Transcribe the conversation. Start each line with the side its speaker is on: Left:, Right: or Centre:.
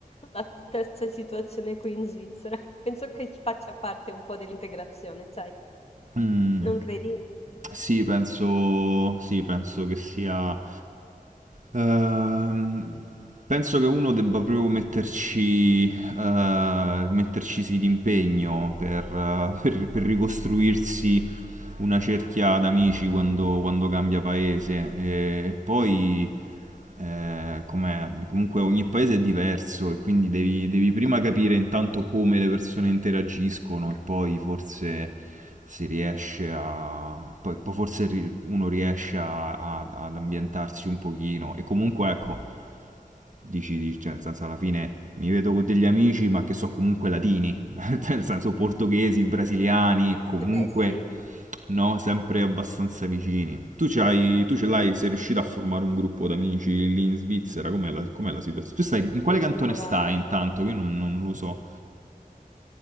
Left: la stessa situazione qui in Svizzera. Penso che faccia parte un po' dell'integrazione, sai?
Right: Mm,
Left: Non credi? Eh
Right: sì, penso, sì, penso che sia... Ehm, penso che uno debba proprio metterci, eh, metterci sì d'impegno per, eh, per- per ricostruirsi una cerchia d'amici quando, quando cambia paese. E poi eh, come- comunque ogni paese è diverso e quindi devi, devi prima capire intanto come le persone interagiscono e poi forse si riesce a... poi, poi forse ri- uno riesce a- a- ad ambientarsi un pochino e comunque ecco, Dici, dici, cioè, nel senso, alla fine mi vedo con degli amici, ma che so comunque latini, <laughs> nel senso portoghesi, brasiliani, comunque,
Left: beh, sì,
Right: no, sempre abbastanza vicini. Tu c'hai, tu ce l'hai, sei riuscito a formare un gruppo d'amici lì in Svizzera? Com'è la, com'è la situazione? Tu stai, in quale cantone
Left: guarda.
Right: stai intanto? Che Io non, non lo so.